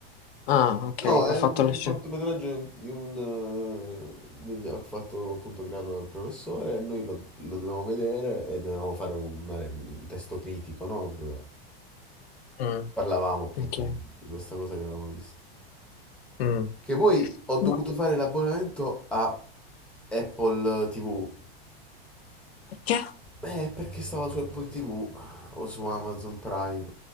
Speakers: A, on the left; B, in the centre.
A: Ah, ok,
B: No,
A: ha
B: è
A: fatto
B: un
A: la scena.
B: cortometraggio di un... eh, di- ho fatto appunto creato dal professore e noi lo, lo dovevamo vedere e dovevamo fare un, una re- un testo critico, no? Dove
A: Mm,
B: parlavamo appunto
A: ok.
B: di, di questa cosa che avevamo visto.
A: Mm.
B: Che poi ho dovuto
A: Ma
B: fare l'abbonamento a Apple TV.
A: perché?
B: Eh, perché stava su Apple TV o su Amazon Prime